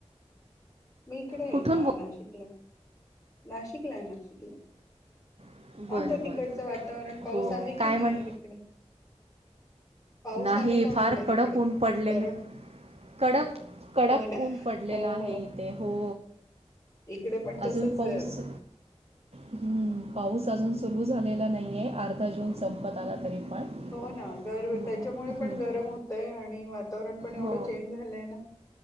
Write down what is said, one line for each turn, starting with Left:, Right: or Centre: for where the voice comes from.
Left: मी इकडे आहे
Right: कुठून
Left: ना नाशिकला. नाशिकला आहे नाशिकला
Right: बोल बरं
Left: आमच तिकडचं
Right: बरं
Left: वातावरण पाऊस
Right: हो
Left: आहे
Right: काय
Left: की नाही
Right: म्हण
Left: आहे तिकडे? पाऊस
Right: नाही
Left: आहे का म्हटलं
Right: फार
Left: तिकडे
Right: कडक ऊन पडलेलं
Left: गरम
Right: कडक कडक
Left: हो ना
Right: ऊन पडलेला
Left: हो
Right: आहे
Left: हो
Right: इथे हो.
Left: इकडे पण
Right: अजून
Left: तसच
Right: पाऊस
Left: आहे आता.
Right: हम्म पाऊस अजून सुरू झालेला नाहीये अर्धा जून
Left: हो
Right: संपत आला तरी पण.
Left: हो ना गर
Right: हम्म,
Left: त्यांच्यामुळे
Right: हम्म.
Left: पण गरम होतय आणि वातावरण पण एवढं
Right: हो
Left: चेंज झालंय ना